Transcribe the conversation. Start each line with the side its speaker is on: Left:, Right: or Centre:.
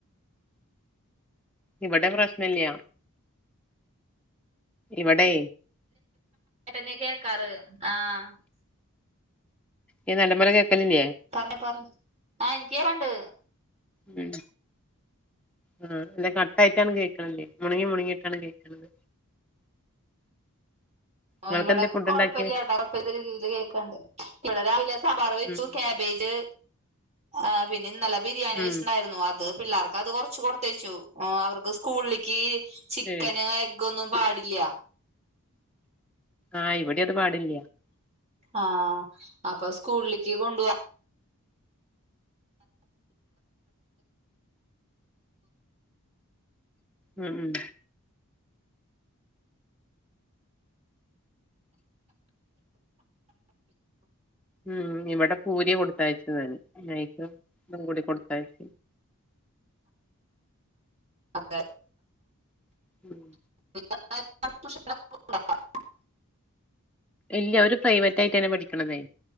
Centre: ഇവിടെ പ്രശ്നല്യ ഇവിടെ
Right: ന്നെ കേക്കാറ് ആഹ <unintelligible>
Centre: ഈ നല്ല പോലെ കേക്കലില്ലേ
Right: പറഞ്ഞ പറ ആ് എനിക്കേ കേണ്ട്
Centre: ഉം ആ അല്ല കട്ടായിട്ടാണ് കേൾക്കണല് മുങ്ങി മുണങ്ങിയിട്ടാണ് കേൾക്കണത് നിങ്ങൾക്ക്
Right: ഇവിടെ
Centre: എന്തേ ഫുഡ്
Right: കൊഴപ്പമാ
Centre: ഉണ്ടാക്കിയേ
Right: കേട്ടോ ക രീതിയിൽ കേൾക്കണ്ട് ഇവിടെ രാവിലെ സാമ്പാറ് വെച്ചു
Centre: ഉം
Right: കാബേജ് ആ പിന്നെ ഇന്നലെ ബിരിയാണി
Centre: ഉം
Right: വെച്ചിുണ്ടായിരുന്നു അത് പിള്ളേർക്ക് അത് കൊറച്ച് കൊടുത്തേച്ചു അവർക്ക് സ്കൂളിലേക്ക് ചിക്കന്
Centre: ഏ
Right: എങ്കുംന്നും പാടില്ല
Centre: ആഹ് ഇവിടെ അത് പാടില്ല
Right: ആഹ അപ്പൊ സ്കൂളിക്ക് കൊണ്ട പോ
Centre: ഉം ഉം ഉം ഇവിടെ പൂരി കൊടുത്താഴ്ച്ച തന്നെ മൈക <unintelligible> തും കൂടി കൊടുത്താഴ്ച്ച
Right: അതെ
Centre: മം
Right: <unintelligible>
Centre: ഇല്ല അവര് പ്രൈവറ്റ് ആയിട്ടാണ് പഠിക്കണതേ